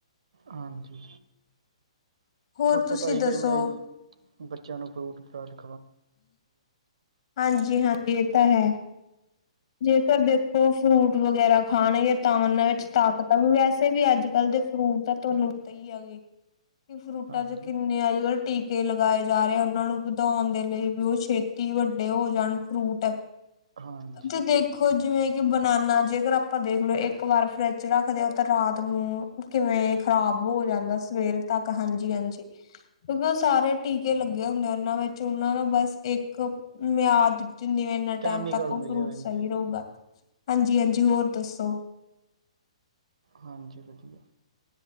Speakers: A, on the right; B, on the left.
A: ਹਾਂਜੀ
B: ਹੋਰ
A: ਆਪਾ
B: ਤੁਸੀਂ
A: ਤਾਂ ਆਹੀ
B: ਦੱਸੋ
A: ਕਿਹਨੇ ਹਾਂ ਜੀ ਬੱਚਿਆਂ ਨੂੰ ਫਰੂਟ ਸਾਰੇ <unintelligible>
B: ਹਾਂਜੀ ਹਾਂ ਇਹ ਤਾਂ ਹੈ ਜੇਕਰ ਦੇਖੋ ਫਰੂਟ ਵਗੈਰਾ ਖਾਣਗੇ ਤਾਂ ਉਹਨਾਂ ਵਿੱਚ ਤਾਕਤ ਆਉ ਵੈਸੇ ਵੀ ਅੱਜ ਕੱਲ ਦੇ ਫਰੂਟ ਤਾਂ ਤੁਹਾਨੂੰ ਪਤਾ ਹੀ ਆ ਗੇ ਕਿ ਫਰੂਟਾਂ
A: ਹਾਂਜੀ
B: ਚ ਕਿੰਨੇ ਅੱਜ ਕੱਲ੍ਹ ਟੀ ਕੇ ਲਗਾਏ ਜਾ ਰਹੇ ਉਹਨਾਂ ਨੂੰ ਵਧਾਉਣ ਦੇ ਲਈ ਵੀ ਉਹ ਛੇਤੀ ਵੱਡੇ ਹੋ ਜਾਣ ਫਰੂਟ
A: ਹਾਂਜੀ
B: ਜੇ ਦੇਖੋ ਜਿਵੇਂ ਕਿ ਬਨਾਨਾ ਜੇਕਰ ਆਪਾਂ ਦੇਖਲਓ ਇੱਕ ਵਾਰ ਫਰਿੱਜ ਰੱਖਦੇ ਹੋ ਤਾਂ ਰਾਤ ਨੂੰ ਕਿਵੇਂ ਖ਼ਰਾਬ ਹੋ ਜਾਂਦਾ ਸਵੇਰ ਤੱਕ ਹਾਂ ਜੀ ਹਾਂਜੀ ਕਿਉਂਕਿ ਉਹ ਸਾਰੇ ਟੀਕੇ ਲੱਗੇ ਹੁੰਦੇ ਆ ਉਹਨਾਂ ਵਿੱਚ ਉਹਨਾਂ ਨੂੰ ਬਸ ਇੱਕ ਮਿਆਦ ਦਿੰਦੀਵੇ ਇਨਾ
A: ਕੈਮੀਕਲ
B: ਟਾਈਮ ਤੱਕ
A: ਮਿਲੇ
B: ਫਰੂਟ
A: ਹੋਏ ਹੁੰਦੇ
B: ਸਹੀ
A: ਆ ਜੀ
B: ਰਹੂਗਾ ਹਾਂ ਜੀ ਹਾਂਜੀ ਹੋਰ ਦੱਸੋ
A: ਹਾਂਜੀ ਵਧੀਆ